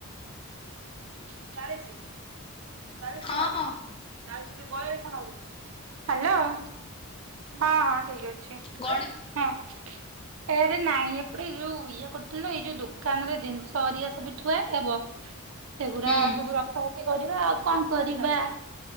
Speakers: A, on the right; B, on the left.
A: <inaudible>
B: ହଁ ହଁ
A: ହ୍ୟାଲୋ ହଁ
B: ଗଣିତ
A: ଏରେ ନାଇଁ ଏପଟେ ଯୋଉ ଇଏ କରୁଥିଲ ତ ଏଇ ଯୋଉ ଦୋକାନରେ ଜିନିଷ ହରିଆ ସବୁ ଥୁଆହେଇଥିଲା ତ ସେଗୁଡା
B: ହୁଁ
A: ସବୁ ରକ୍ଷା ରଖି କରିବା ଆଉ କଣ କରିବା?